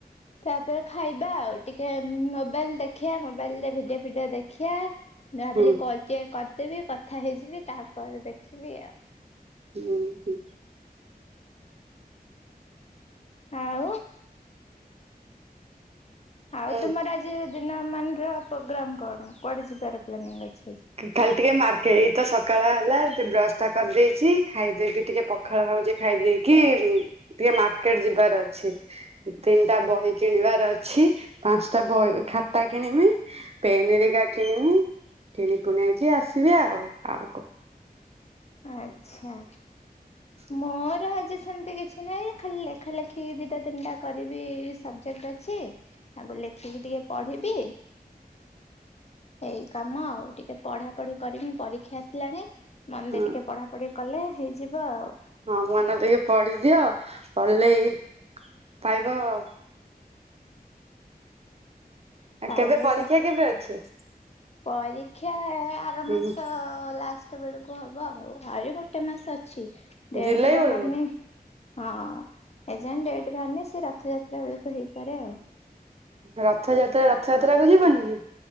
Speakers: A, on the left; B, on the right.
A: ତାପରେ ଖାଇବା ଆଉ ଟିକେ ମୋବାଇଲ ଦେଖିବା ମୋବାଇଲ ରେ ଭିଡିଓ ଫିଡିଓ ଦେଖିବା। ଭାବିଲି
B: ହୁଁ
A: କଲ ଟିକେ କରିଦେବି କଥା ହେଇଯିବି ତାପରେ ଦେଖିବି ଆଉ।
B: ହୁଁ ହୁଁ।
A: ଆଉ
B: ହୁଁ।
A: ଆଉ ତୁମର ଆଜିର ଦିନ ମାନର ପ୍ରୋଗ୍ରାମ କଣ? କୁଆଡେ ଯିବାର ପ୍ଲାନିଂ ଅଛି ଆଜି?
B: ଖାଲି ଟିକେ ମାର୍କେ ଏଇ ତ ସକାଳ ହେଲା ସେ ବ୍ରସ ଟା କରିଦେଇଛି ଖାଇଦେବି ଟିକେ ପ ଖାଳ ହୋଉଛି ଖାଇଦେଇକି ଟିକେ ମାର୍କେଟ ଯିବାର ଅଛି। ତିନିଟା ବହି କିଣିବାର ଅଛି ପାଞ୍ଚଟା ବହି ଖାତା କିଣମି। ପେନ ହେରିକା କିଣିବି। କିଣିକୁଣାକି ଆସିବି ଆଉ। ଆଉ କଣ?
A: ଆଚ୍ଛା।
B: ହଁ
A: ମୋର ଆଜି ସେମିତି କିଛି ନାହିଁ ଖାଲି ଲେଖା ଲେଖି ଦିଟା ତିନିଟା କରିବି ସବଜେକ୍ଟ ଅଛି। ତାଙ୍କୁ ଲେଖିକି ଟିକେ ପଢିବି। ଏଇ କାମ ଆଉ ଟିକେ ପଢାପଢି କରିମି ପରୀକ୍ଷା ଆସିଲାଣି ମନଦେଇ
B: ହଁ
A: ଟିକେ ପଢା ପଢି କଲେ ହେଇଯିବ ଆଉ।
B: ହଁ ମନେଦେଇକି ପଢିଦିଅ ପଢିଲେ ଏଇ ପାଇବ ଆଉ
A: ପାଇଲେ
B: କେବେ ପରୀକ୍ଷା
A: ଚାକି
B: କେବେ ଅଛି?
A: ପରୀକ୍ଷା ଆର
B: ହୁଁ
A: ମାସ ଲାଷ୍ଟ ହେତେବେଳକୁ ହବ ଆଉ। ଆହୁରି ଗୋଟେ ମାସ ଅଛି ଡେଟ
B: ଜୁଲାଇ
A: ବାହାରିନି
B: ବେଳକୁ
A: ହଁ ଏଯାୟ ଡେଟ୍ ବାହାରିନି ସେ ରଥଯାତ୍ରା ବେଳକୁ ହେଇପାରେ ଆଉ।
B: ରଥଯାତ୍ରା ରଥଯାତ୍ରା କୁ ଯିବନି କି